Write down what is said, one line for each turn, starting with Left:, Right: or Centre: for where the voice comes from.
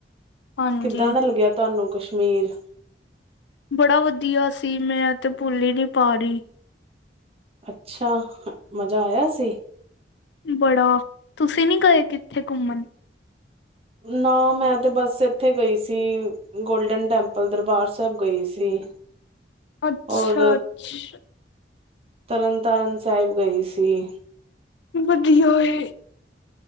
Left: ਹਾਂਜੀ
Right: ਕਿੱਦਾਂ ਦਾ ਲੱਗਿਆ ਤੁਹਾਨੂੰ ਕਸ਼ਮੀਰ?
Left: ਬੜਾ ਵਧੀਆ ਸੀ, ਮੈਂ ਤੇ ਭੁੱਲ ਹੀ ਨੀ ਪਾ ਰਹੀ।
Right: ਅੱਛਾ, ਮਜ਼ਾ ਆਇਆ ਸੀ?
Left: ਬੜਾ, ਤੁਸੀਂ ਨੀ ਗਏ ਕਿੱਥੇ ਘੁੰਮਣ?
Right: ਨਾ ਮੈਂ ਤੇ ਬਸ ਇੱਥੇ ਗਈ ਸੀ। ਗੋਲਡਨ ਟੈਂਪਲ ਦਰਬਾਰ ਸਾਹਿਬ ਗਈ ਸੀ।
Left: ਅੱਛਾ
Right: ਔਰ
Left: ਅੱਛਾ
Right: ਤਰਨ ਤਾਰਨ ਸਾਹਿਬ ਗਈ ਸੀ।
Left: ਵਧੀਆ ਏ।